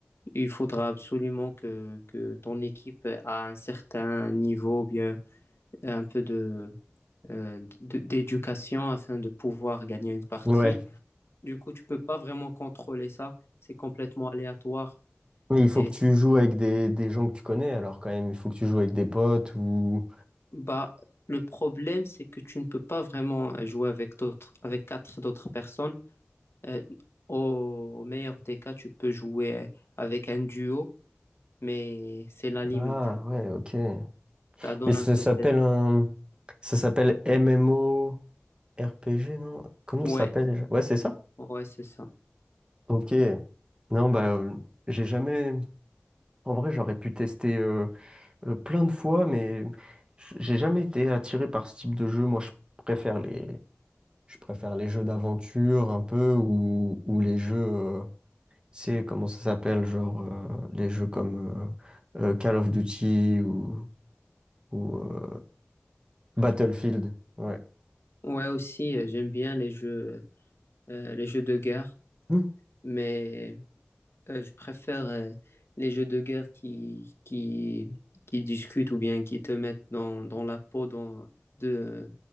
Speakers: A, on the left; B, on the right.
A: Il faudra absolument que, que ton équipe a un certain niveau, ou bien un peu de, euh, d- d'éducation afin de pouvoir gagner une partie.
B: Ouais.
A: Du coup, tu peux pas vraiment contrôler ça. C'est complètement aléatoire.
B: Mais il faut
A: Et
B: que tu joues avec des, des gens que tu connais, alors quand même. Il faut que tu joues avec des potes ou...
A: bah, le problème, c'est que tu ne peux pas vraiment euh, jouer avec d'autres, avec quatre d'autres personnes. Euh, au, au meilleur des cas, tu peux jouer avec un duo, mais c'est la limite.
B: Ah, ouais, ok.
A: Ça donne
B: Mais ça
A: un peu
B: s'appelle
A: cette...
B: un... Ça s'appelle MMO RPG, non? Comment
A: Ouais,
B: ça s'appelle déjà? Ouais, c'est ça?
A: ouais, c'est ça.
B: Ok. Non, bah, euh, j'ai jamais... En vrai, j'aurais pu tester euh, euh, plein de fois, mais j- j'ai jamais été attiré par ce type de jeu. Moi, je préfère les, Je préfère les jeux d'aventure un peu ou, ou les jeux, euh, c'est comment ça s'appelle, genre euh, les jeux comme euh, euh, Call of Duty ou, ou, euh, Battlefield. Ouais.
A: Ouais, aussi, euh, j'aime bien les jeux, euh, les jeux de guerre,
B: Mm.
A: mais euh, je préfère euh, les jeux de guerre qui, qui, qui discutent ou bien qui te mettent dans, dans la peau dans- de,